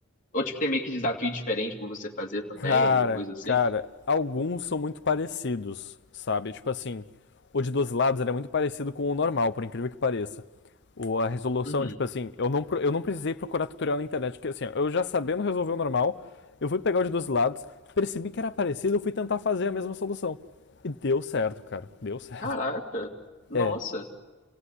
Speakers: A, on the left (about 40°); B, on the left (about 55°).
A: Ou tipo, tem meio que desafio diferente pra você fazer também,
B: Cara,
A: ou coisa assim?
B: cara, alguns são muito parecidos, sabe? Tipo assim, o de 12 lados ele é muito parecido com o normal, por incrível que pareça. O, a resolução,
A: Uhum.
B: tipo assim, eu não, pro- eu não precisei procurar tutorial na internet, porque assim, eu já sabendo resolver o normal, eu fui pegar o de 12 lados, percebi que era parecido, eu fui tentar fazer a mesma solução. E deu certo, cara, deu certo.
A: Caraca,
B: <laughs>
A: nossa.
B: É,